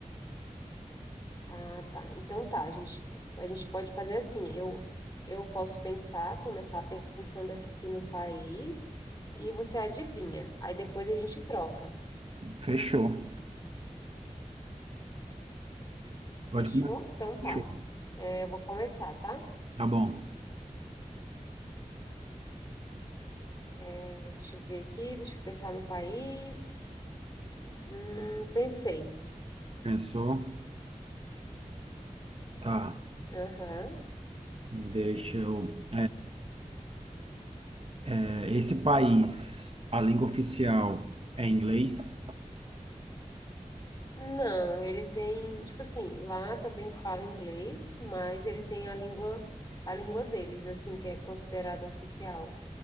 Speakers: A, on the left; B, on the right.
A: Ah, tá. Então tá, a gente, a gente pode fazer assim. Eu, eu posso pensar, começar pensando aqui no país e você adivinha. Aí depois a gente troca.
B: Fechou. Pode
A: Fechou?
B: começar.
A: Então tá.
B: Fechou.
A: É, eu vou começar, tá?
B: Tá bom.
A: É, deixa eu ver aqui, deixa eu pensar no país. Hum, pensei.
B: Pensou? Tá.
A: Aham.
B: Deixa eu. é, Esse país, a língua oficial é inglês?
A: Não, ele tem, tipo assim, lá também fala inglês, mas ele tem a língua, a língua deles, assim, que é considerada oficial.